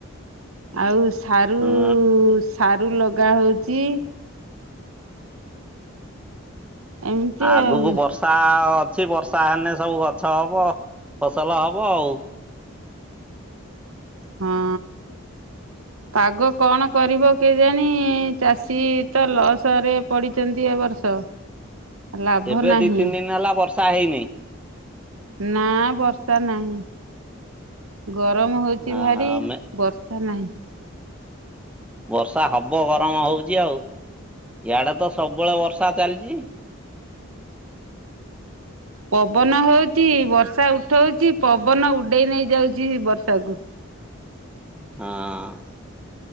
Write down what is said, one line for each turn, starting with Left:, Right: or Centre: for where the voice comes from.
Right: ଆଉ ସାରୁ
Centre: ହୁଁ
Right: ସାରୁ ଲଗା ହଉଚି। ଏମିତି
Centre: ଆବକୁ
Right: ଆଉ
Centre: ବର୍ଷା ଅଛି ବର୍ଷା ହେଲେ ସବୁ ଗଛ ହବ ଫସଲ ହବ ଆଉ। <unintelligible>
Right: ହଁ। ପାଗ କଣ କରିବ କେଜାଣି ଚାଷୀ ତ ଲସ ରେ ପଡିଚନ୍ତି ଏ ବର୍ଷ। ଲାଭ
Centre: ଏବେ
Right: ନାହିଁ।
Centre: ଦି ତିନି ଦିନି ହେଲା ବର୍ଷା ହେଇନି।
Right: ନା ବର୍ଷା ନାହିଁ। ଗରମ ହୋଉଚି
Centre: ଓହୋ
Right: ଭାରି
Centre: ମେ
Right: ବର୍ଷ ତା ନାହିଁ
Centre: ବର୍ଷା ହବ ଗରମ ହୋଉଚି ଆଉ ଇଆଡେ ତ ସବୁବେଳେ ବର୍ଷା ଚାଲିଚି।
Right: ପବନ ହୋଉଚି ବର୍ଷା ଉଠଉଚି ପବନ ଉଡେଇ ନେଇ ଯାଉଚି ବର୍ଷାକୁ।
Centre: ହଁ